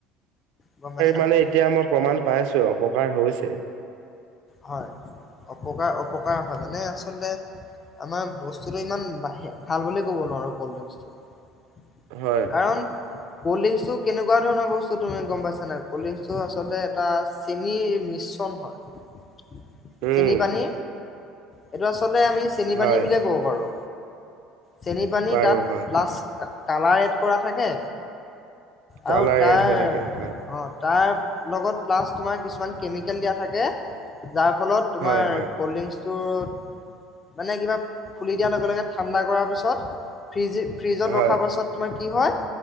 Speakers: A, on the left; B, on the right.
A: গম পাইছা
B: মানে
A: নাই
B: এতিয়া মই প্ৰমাণ পাইছো আও প্ৰমাণ। এবাৰ হৈছে।
A: হয়। অপকাৰ অপকাৰ অহা ত মানে আচলতে আমাৰ বস্তুতটো ইমান ভাল বুলি ক'ব নোৱাৰো কল্ড ড্ৰিংক্সটো।
B: হয়,
A: কাৰণ কল্ড ল্ড্ৰিংক্সটো কেনেকুৱ ধৰণৰ বস্তু তুমি গম পাইছা নাই? কল্ড ল্ড্ৰিংক্স টো আচলতে এটা চেনিৰ মিশ্ৰণ হয়।
B: উম,
A: চেনি পানী এইটো আছ চলতে আমি চেনি
B: হয়
A: পানী বুলিয়ে কব পাৰো। চেনি পানী
B: বাৰু
A: তাত
B: হয়।
A: লাচ কালাৰ এড কৰা থাকে
B: কালাৰ
A: আৰু তাৰ
B: এড হৈ থাকে হয়,
A: অ' তাৰ লগত প্লাচ তোমাৰ কিছুমান কেমিকেল দিয়া থাকে যাৰ। ফলত তোমাৰ
B: হয় হয়,
A: কল্ড ড্ৰিংকছ টোৰত মানে কিবা খুলি দিয়াৰ লগে-লগে ঠাণ্ডা কৰাৰ পিছত ফ্ৰিজ-ফ্ৰিজত
B: হয়
A: ৰখাৰ পাছত তোমাৰ কি হয়